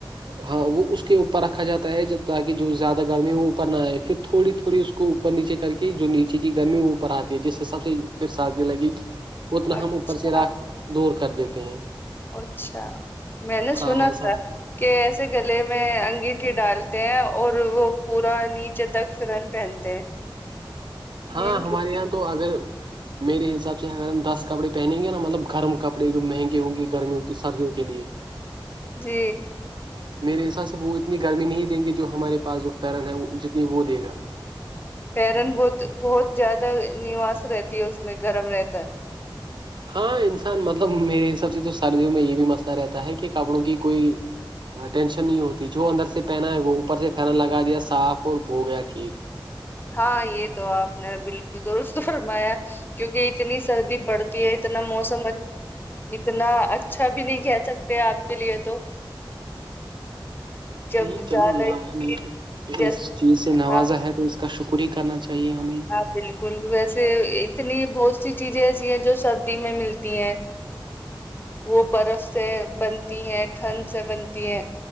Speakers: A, on the right; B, on the left.
A: ہاں وہ اس کے اوپر رکھا جاتا ہے جب تاکہ جو زیادہ گرمی ہے وہ اوپر نہ آئے پھر تھوڑی تھوڑی اس کو اوپر نیچے کر کے جو نیچے کی گرمی ہے وہ اوپر آتی ہے جس سے سب سے پھر شردی لگے گی اتنا
B: اچھا
A: ہم اوپر سے راک دور کر دیتے ہیں
B: اچھا میں نے
A: ہاں
B: سنا
A: ایسا
B: تھا کہ ایسے گلے میں انگیٹھی ڈال ہیں اور وہ پورا نیچے تک فرن پہنتے ہیں
A: ہاں
B: مین کی
A: ہمارے یہاں تو اگر میرے حساب سے اگر ہم دس کپڑے پہنیں گے نا مطلب گرم کپڑے جو مہنگے ہوں گے گرمیوں کی سردوں کے لیے
B: جی
A: میرے حساب سے وہ اتنی گرمی نہیں دیں گی جو ہمارے پاس جو فرن ہے جتنی وہ دے گا
B: ہیرن بہت بہت زیادہ نواس رہتی ہے اس میں گرم رہتا ہے
A: ہاں انسان مطلب میرے حساب سے تو سردیوں میں یہ بھی مسئلہ رہتا ہے کہ کپڑوں کی کوئی ٹینشن نہیں ہوتی جو اندر سے پہنا ہے وہ اوپر سے پینا لگا دیا صاف اور بو گیا ٹھیک
B: ہاں یہ تو آپ نے بالکل درست فرمایا کیونکہ اتنی سردی پڑتی ہے اتنا موسم اتنا اچھا بھی نہیں کہہ سکتے آپ کے لیے تو جب
A: نہیں چلو
B: زیادہ
A: اللہ
B: ہی
A: نہیں
B: جس
A: اس چیز سے نوازا
B: ہاں
A: ہے تو اس کا شکر ہی کرنا چاہیے ہمیں
B: ہاں بالکل ویسے اتنی بہت سی چیزیں ایسی ہیں جو سردی میں ملتی ہیں وہ برف سے بنتی ہیں ٹھنڈ سے بنتی ہے